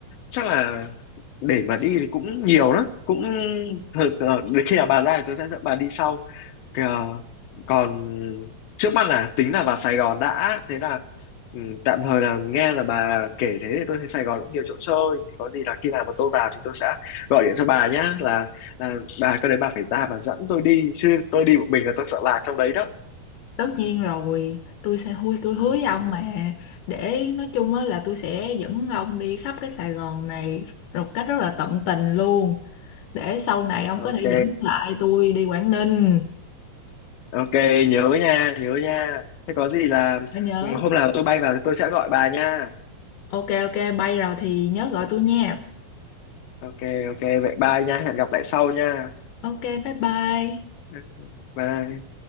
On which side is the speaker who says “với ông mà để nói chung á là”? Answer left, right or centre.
Left